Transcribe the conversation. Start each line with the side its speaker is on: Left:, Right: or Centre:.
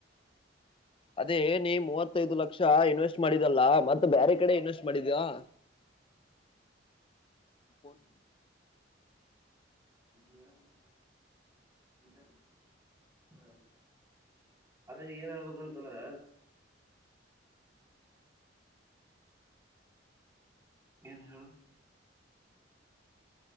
Left: ಅದೇ ನೀ ಮೂವತ್ತೈದು ಲಕ್ಷ ಇನ್ವೆಸ್ಟ್ ಮಾಡಿದಲ್ಲ ಮತ್ತ ಬೇರೆ ಕಡೆ ಇನ್ವೆಸ್ಟ್ ಮಾಡಿದ್ಯಾಾ ಹನ್
Right: ಹ ಅದೇ ಏನ್ ಹೇಳ್ಬೇಕ ಅಂತಂದ್ರ ಏನು ಹೇಳು